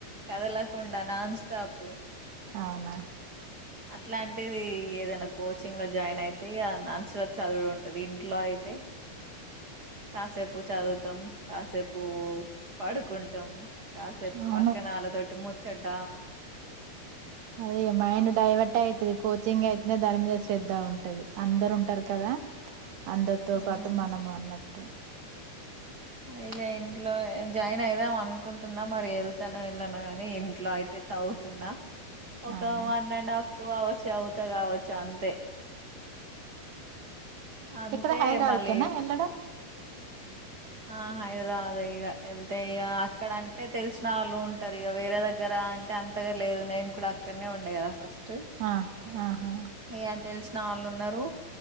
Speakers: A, on the right; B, on the right.
A: కదలకుండా నాన్ స్టాపు
B: అవునా
A: అట్లా ఆంటీది ఏదైనా కోచింగ్ లో జాయిన్ అయితే ఇగ నన్స్లో చదువుడు ఉంటది ఇంట్లో అయితే కాసేపు చదువుతాం కాసేపు పడుకుంటాం, కాసేపు
B: అవును
A: పక్కనళ్ళతోటి ము చ్చట
B: అదే ఇగ మైండ్ డైవర్ట్ అయితది కోచింగ్ అయితేనే దాని మీద శ్రద్ధ ఉంటది అందరు ఉంటారు కదా ఆ అందరితో
A: ఉమ్,
B: పాటు మనము అన్నట్టు
A: ఇగ ఇంట్లో జాయిన్ అయిదాం అనుకుంటున్నా మరి వెళ్తాను వెళ్ళానో అని ఇంట్లో అయితే చదువు తున్నా ఒక
B: అవునా
A: one and half two hours చదువుతా కావచ్చు అంతే అంతే
B: ఏక్కడ హైదరాబాద్
A: మళ్ళీ
B: కేనా వెళ్ళడం
A: ఆ హైదరాబాదే ఇగ వెళ్తే ఇగ అక్కడ అంటే తెలిసిన వాళ్ళు ఉంటారు ఇగ వేరే దగ్గర అంటే అంతగా లేదు నేను కూడా అక్కడనే ఉండే కదా ఫస్ట్
B: ఆ ఆహా
A: ఇగా తెలుసు నళ్ళు ఉన్నారు,